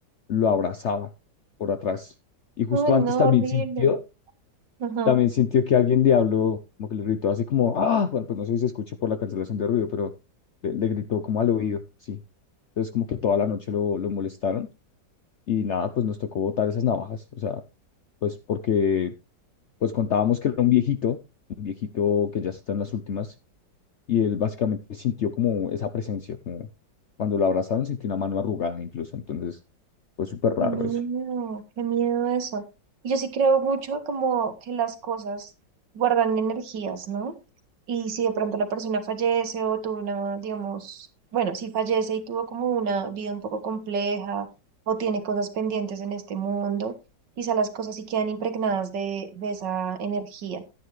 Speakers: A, on the left (about 60°); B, on the right (about 75°).
A: lo abrazaba por atrás. Y justo
B: Uy,
A: antes
B: no,
A: también
B: horrible.
A: sintió,
B: Ajá,
A: también sintió que alguien le habló, como que le gritó así como, ah, bueno, pues no sé si se escucha por la cancelación de ruido, pero le, le gritó como al oído, sí. Entonces como que toda la noche lo, lo molestaron y nada, pues nos tocó botar esas navajas, o sea, pues porque pues contábamos que era un viejito, un viejito que ya está en las últimas, y él básicamente sintió como esa presencia, como cuando lo abrazaron sintió una mano arrugada incluso, entonces fue súper raro
B: qué miedo,
A: eso.
B: qué miedo eso. Y yo sí creo mucho como que las cosas guardan energías, ¿no? Y si de pronto la persona fallece o tuvo una, digamos, bueno, si fallece y tuvo como una vida un poco compleja o tiene cosas pendientes en este mundo, quizá las cosas sí quedan impregnadas de, de esa energía.